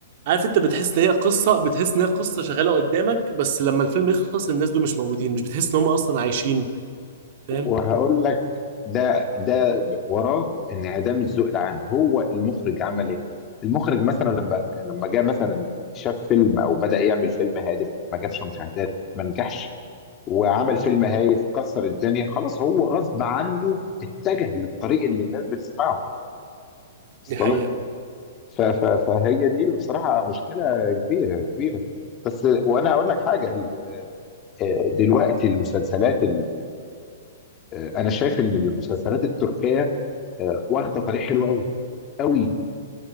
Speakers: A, on the right; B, on the left.
A: عارف انت بتحس ان هي قصه بتحس ان هي قصه شغاله قدامك بس لما الفيلم يخلص الناس دول مش موجودين مش بتحس ان هم اصلا عايشين فاهم
B: وهقول لك ده ده ب- وراه انعدام الذوق العام هو المخرج عمل ايه المخرج مثلا لما لما جه مثلا شاف فيلم او بدأ يعمل فيلم هادف ما جابش مشاهدات ما نجحش وعمل فيلم هايف كسر الدنيا خلاص هو غصب عنه اتجه للطريق اللي الناس بتسمعه اصل
A: دي حقيقه
B: لك ف- ف- فهي دي بصراحة مشكلة كبيرة كبيرة بس وانا اقول لك حاجة ال- آه، دلوقتي المسلسلات آه، انا شايف ان المسلسلات التركيه آه، واخده طريق حلو قوي قوي